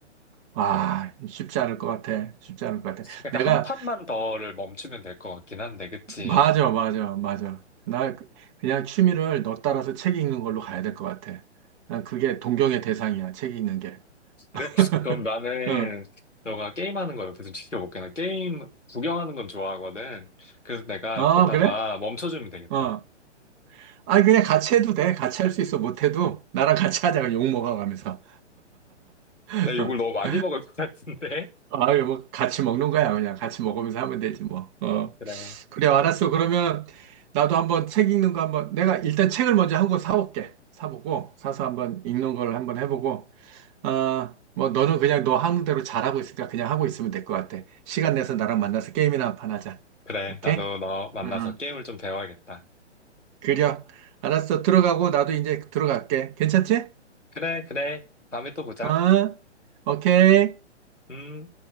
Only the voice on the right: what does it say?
와, 쉽지 않을 것 같아. 쉽지 않을 것 같아.
내가
맞아, 맞아, 맞아. 나 그- 그냥 취미를 너 따라서 책 읽는 걸로 가야 될 것 같아. 난 그게 동경의 대상이야, 책 읽는 게. <laughs>
응.
어,
그래?
어. 아, 그냥 같이 해도 돼. 같이 할 수 있어. 못해도 나랑 같이 하자. 그냥 욕 먹어가면서. <laughs>
아유, 뭐, 같이 먹는 거야. 그냥 같이 먹으면서 하면 되지, 뭐. 어.
그래, 알았어. 그러면 나도 한번 책 읽는 거 한번, 내가 일단 책을 먼저 한 권 사올게. 사보고, 사서 한번 읽는 걸 한번 해보고, 아, 뭐 너는 그냥 너 하는 대로 잘하고 있으니까 그냥 하고 있으면 될 것 같아. 시간 내서 나랑 만나서 게임이나 한 판 하자.
오케이?
응.
그려. 알았어. 들어가고 나도 이제 들어갈게. 괜찮지?
어? 오케이.